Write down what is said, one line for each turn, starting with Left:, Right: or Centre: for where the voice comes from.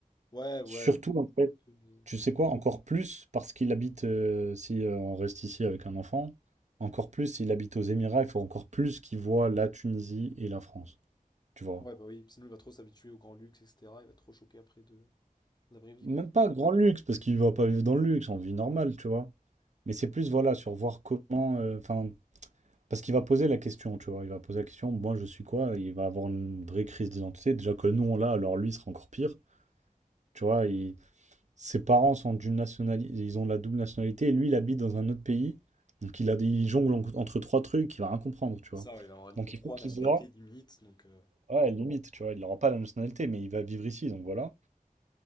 Left: Ouais, ouais.
Right: Surtout, en fait,
Left: un peu, mais-
Right: tu sais quoi, encore plus, parce qu'il habite, euh, si euh, on reste ici avec un enfant, encore plus, s'il habite aux Émirats, il faut encore plus qu'il voit la Tunisie et la France. Tu vois.
Left: Ouais, bah oui, sinon il va trop s'habituer au grand luxe, etc. Il va être trop choqué après de de la vraie vie,
Right: Même
Left: quoi.
Right: pas grand luxe, parce qu'il va pas vivre dans le luxe, en vie normale, tu vois. Mais c'est plus, voilà, sur voir comment. euh, Enfin, parce qu'il va poser la question, tu vois. Il va poser la question, moi, je suis quoi? Il va avoir une vraie crise d'identité. Déjà que nous, on l'a, alors lui, il sera encore pire. Tu vois, il- ses parents sont d'une nationalité, ils ont la double nationalité, et lui, il habite dans un autre pays. Donc, il a des... il jongle en- entre trois trucs, il va rien comprendre, tu
Left: C'est
Right: vois.
Left: ça, ouais, il va avoir
Right: Donc, il
Left: trois
Right: faut qu'il
Left: nationalités
Right: voit,
Left: limites. Donc, euh,
Right: ouais, limite, tu vois. Il n'aura pas la nationalité, mais il va vivre ici, donc voilà.